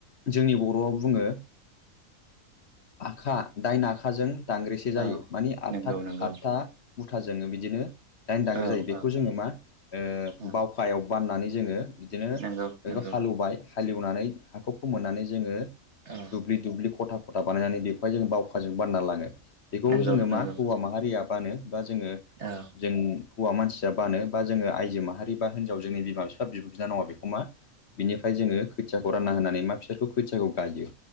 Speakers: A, on the left; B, on the right.
A: जोंनि बर'आव बुङो आखा दाइन आखाजों दांग्रेसे जायो
B: औ
A: मानि आतथा
B: नंगौ नंगौ
A: आठथा मुथाजोंङो बिदिनो दाइन दांग्रि
B: औ
A: जायो बेखौ
B: औ
A: जोंङो मा ओ
B: औ
A: बावखायाव बाननानै जोङो बिदिनो
B: नंगौ
A: बेखौ
B: नंगौ
A: हालेवबाय हालेवनानै हाखौ फोमोननानै जोंङो
B: औ
A: दुब्लि दुब्लि खथा खथा बानायनानै बेखौहाय जों बावखाजों बानना लांङो बेखौ
B: नंगौ
A: जोंङो
B: नंगौ
A: मा हौवा माहारिया बानो बा जोंङो
B: औ
A: जों हौवा मानसि बानो बा जोंङो आइजो माहारि बा हिनजाव जोंनि बिमा बिफा बिब' बिनानाव बेखौ मा बिनिफ्राय जोंङो खोथियाखौ रानना होनानै मा फिसोरखौ खोथियाखौ गायो।